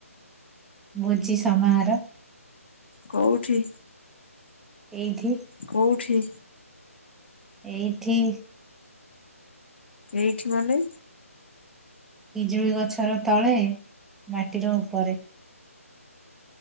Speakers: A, in the centre; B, on the left (about 45°).
A: ଭୋଜି ସମାହାରୋ।
B: କୋଉଠି।
A: ଏଇଠି।
B: କୋଉଠି।
A: ଏଇଠି।
B: ଏଇଠି ମାନେ।
A: ପିଜୁଳି ଗଛର ତଳେ ମାଟିର ଉପରେ।